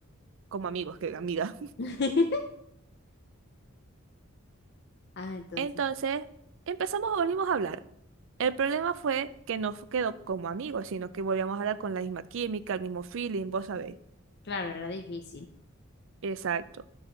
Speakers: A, on the right; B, on the left.
A: como amigos, que amigas. <laughs>
B: <laughs> Ah, entonces,
A: Entonces, empezamos, volvimos a hablar. El problema fue que no fu- quedó como amigos, sino que volvíamos a hablar con la misma química, el mismo feeling, vos sabéis.
B: claro, era difícil,
A: Exacto.